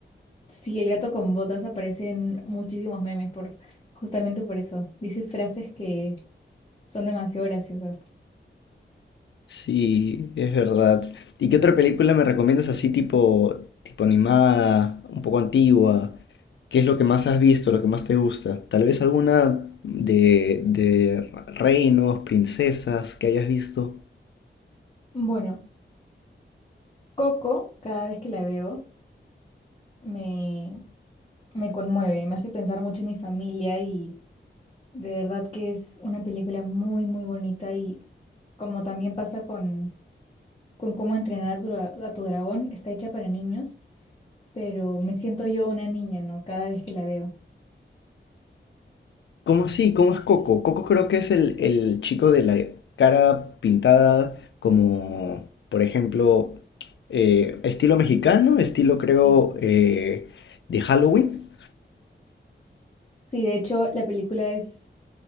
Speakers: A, on the left; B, on the left.
A: Sí, el gato con botas aparece en muchísimos memes por justamente por eso. Dice frases que son demasiado graciosas.
B: Sí, es verdad. ¿Y qué otra película me recomiendas así tipo, tipo animada, un poco antigua? ¿Qué es lo que más has visto, lo que más te gusta? Tal vez alguna de, de reinos, princesas que hayas visto.
A: Bueno, Coco, cada vez que la veo, me, me conmueve, me hace pensar mucho en mi familia y de verdad que es una película muy, muy bonita y como también pasa con, con cómo entrenar a tu, dra- a tu dragón, está hecha para niños, pero me siento yo una niña, ¿no? Cada vez que la veo.
B: ¿Cómo así? ¿Cómo es Coco? Coco creo que es el, el chico de la cara pintada como, por ejemplo, eh, estilo mexicano, estilo creo
A: Sí.
B: eh, de Halloween.
A: Sí, de hecho, la película es